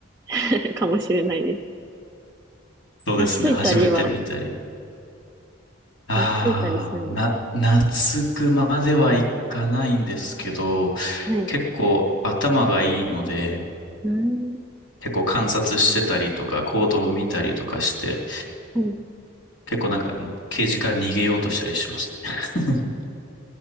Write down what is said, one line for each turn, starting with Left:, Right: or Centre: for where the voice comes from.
Right: <laughs> かもしれないです。
Left: そうですね。
Right: 懐いたりは、
Left: 初めて見たり。ああ、
Right: 懐いたりするんですか
Left: な、懐くまではいかないんですけど、
Right: はい。
Left: 結構頭がいいので、
Right: うーん。
Left: 結構観察してたりとか、行動を見たりとかして、
Right: はい、
Left: 結構なんか、ケージから逃げようとしたりしますね。<laughs>